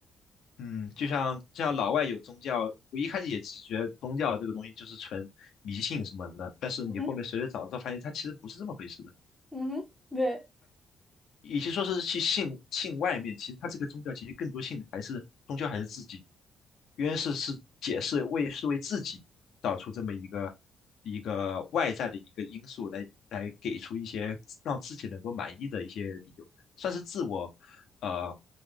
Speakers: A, on the left; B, in the centre.
A: 嗯，就像就像老外有宗教，我一开始也只觉得宗教这个东西就是纯迷信什么的，但是你后面随着长大发现，
B: 嗯哼
A: 它其实不是这么回事的。
B: 嗯哼，对。
A: 与其说是去信信外面，其实他这个宗教其实更多信的还是终究还是自己。约是是解释为是为自己找出这么一个一个外在的一个因素来来给出一些让自己能够满意的一些理由，算是自我呃，